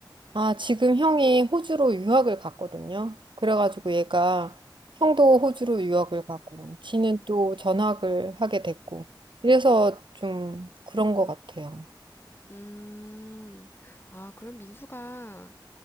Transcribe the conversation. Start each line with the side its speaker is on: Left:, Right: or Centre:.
Right: 아, 지금 형이 호주로 유학을 갔거든요. 그래가지고 얘가 형도 호주로 유학을 가고, 지는 또 전학을 하게 됐고, 이래서 좀 그런 것 같아요.
Left: 음, 아, 그럼 민수가